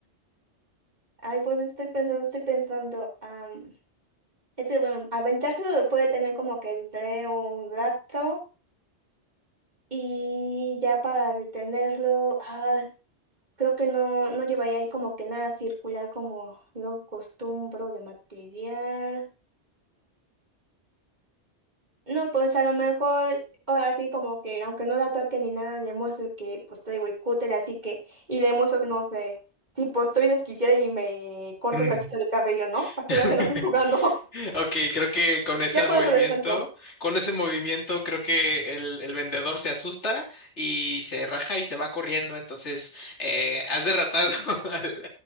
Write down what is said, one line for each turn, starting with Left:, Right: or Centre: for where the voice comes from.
Right: Ay, pues estoy pensando, estoy pensando. am, es que bueno, aventárselo puede también como que distraer un rato. Y ya para detenerlo, ah, creo que no, no llevaría ahí como que nada circular como luego acostumbro de material. No, pues a lo mejor, ahora sí como que, aunque no la toque ni nada, le muestro que pues traigo el cúter, así que, y le muestro que no sé, tipo estoy desquiciada y me corto
Left: Mm.
Right: un cachito de cabello, ¿no? Para que
Left: <laughs>
Right: vea que no estoy jugando. <laughs>
Left: Ok, creo que con ese
Right: Ya con
Left: movimiento,
Right: eso descanso.
Left: con ese movimiento, creo que el, el vendedor se asusta y se raja y se va corriendo. Entonces, eh, has derrotado <laughs> al,